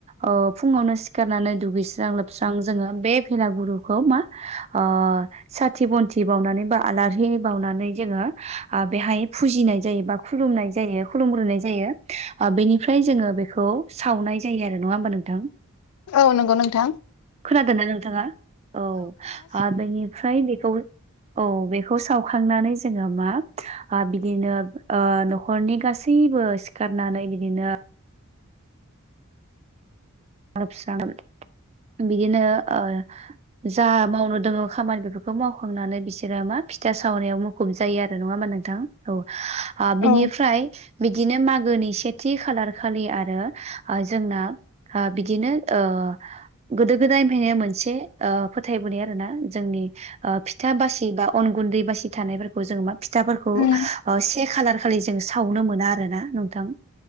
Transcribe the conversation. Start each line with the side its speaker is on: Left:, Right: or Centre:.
Right: ओ फुङावनो सिखारनानै दुगैस्रां लोबस्रां जोङो बे भेलागुरुखौ मा ओ साथि बन्थि बावनानै बा आलारि बावनानै जोङो आ बेहाय फुजिनाय जायो बा खुलुमनाय जायो खुलुमग्रोनाय जायो ओ बेनिफ्राय जोङो बेखौ सावनाय जायो आरो नङा होमबा नोंथां?
Left: औ नंगौ नोंथां
Right: खोनादोंना नोंथाङा औ ओ बेनि फ्राय बेखौ औ बेखौ सावखांनानै जोङो मा ओ बिदिनो ओ न'खरनि गासैबो सिखारनानै बिदिनो <unintelligible> बिदिनो ओ जा मावनो दङ खामानि बेफोरखौ मावखांनानै बिसोरो मा फिथा सावनायाव मु ‌ खुब जायो आरो नङा होमबा नोंथां औ आ
Left: औ
Right: बिनिफ्राय बिदिनो मागोनि सेथि खालार खालि आरो ओ जोंना आ बिदिनो ओ गोदो गोदायनिफ्रायनो मोनसे ओ फोथायबोनाय आरो ना जोंनि ओ फिथा बासि बा अन गुन्दै बासि थानायफोरखौ जोङो मा फिथाफोरखौ
Left: उम
Right: ओ से खालार खालि जों सावनो मोना आरो ना नोंथां